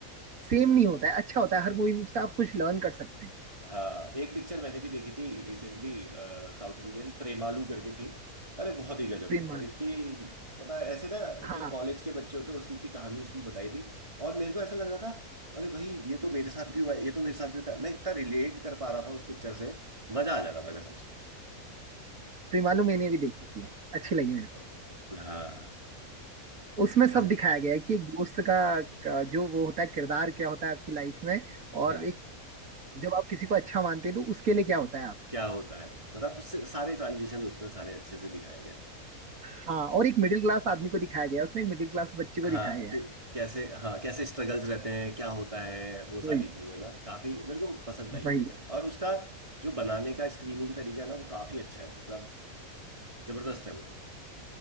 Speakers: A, on the right (about 70°); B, on the right (about 20°).
A: सेम नहीं होता है अच्छा होता है हर मूवी से आप कुछ लर्न कर सकते हैं
B: हाँ एक पिक्चर मैंने भी देखी थी रिसेंटली साउथ इंडियन प्रेमालू करके थी अरे बहुत ही गजब
A: प्रेमालू
B: पिक्चर इतनी पता है ऐसे ना
A: हाँ
B: जो कॉलेज के बच्चे होते हैं उनकी कहानी उसमें बताई थी और मेरे को ऐसा लग रहा था अरे भाई ये तो मेरे साथ भी हुआ है ये तो मेरे साथ भी होता है मैं इतना रिलेट कर पा रहा था उस पिक्चर से मजा आ जा रहा था कसम से
A: प्रेमालू मैंने भी देखी है अच्छी लगी मेरे को
B: हाँ
A: उसमें
B: अच्छा
A: सब दिखाया गया है कि एक दोस्त का का जो वो होता है किरदार क्या होता है आपकी लाइफ में और
B: हाँ
A: एक जब आप किसी को अच्छा मानते हैं तो उसके लिए क्या होता है आप
B: क्या होता है मतलब उससे सारे ट्रांजिशन उसमें सारे अच्छे से दिखाए गए
A: हाँ और एक मिडिल क्लास आदमी को दिखाया गया है उसमें एक मिडिल क्लास बच्चे को
B: हाँ
A: दिखाया गया
B: कि
A: है
B: कैसे हाँ कैसे स्ट्रगल्स रहते हैं क्या होता है वो सारी
A: वही
B: चीजें ना काफी मेरे को पसंद आई
A: वही
B: पिक्चर और उसका जो बनाने का स्क्रीनिंग तरीका है ना वो काफी अच्छा है मतलब जबरदस्त है वो तो